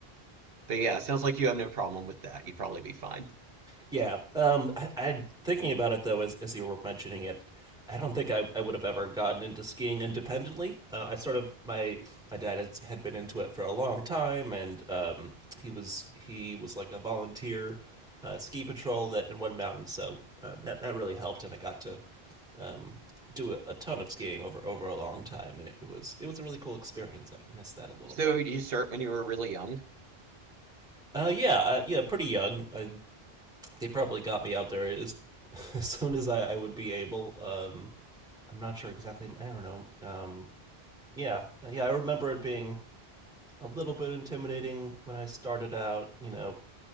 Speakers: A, on the right; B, in the centre.
A: but yeah, sounds like you have no problem with that. You'd probably be fine.
B: Yeah. Um, I, I thinking about it though, as as you were mentioning it, I don't think I, I would have ever gotten into skiing independently. Uh, I sort of my my dad has, had been into it for a long time, and um, he was he was like a volunteer uh, ski patrol that in one mountain, so uh, that that really helped, and I got to um, do a, a ton of skiing over over a long time, and it was it was a really cool experience. I miss that a little
A: So
B: bit.
A: you start when you were really young.
B: Uh, yeah, uh, yeah, pretty young. I they probably got me out there as, <laughs> as soon as I, I would be able. Um, I'm not sure exactly. I don't know. Um, yeah, yeah. I remember it being a little bit intimidating when I started out. You know,